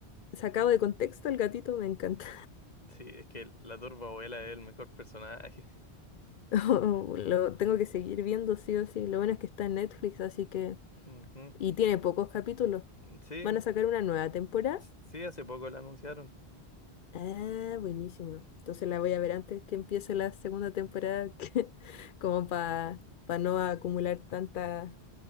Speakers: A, on the left; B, on the left.
A: sacado de contexto, el gatito me encanta.
B: sí, es que la turba abuela es el mejor personaje.
A: <laughs> lo tengo que seguir viendo sí o sí. Lo bueno es que está en Netflix, así que...
B: Ujú.
A: Y tiene pocos capítulos.
B: Sí,
A: Van a sacar una nueva temporada.
B: sí, hace poco la anunciaron. <laughs>
A: Ah, buenísimo. Entonces la voy a ver antes que empiece la segunda temporada, que- <laughs> como para no acumular tanta,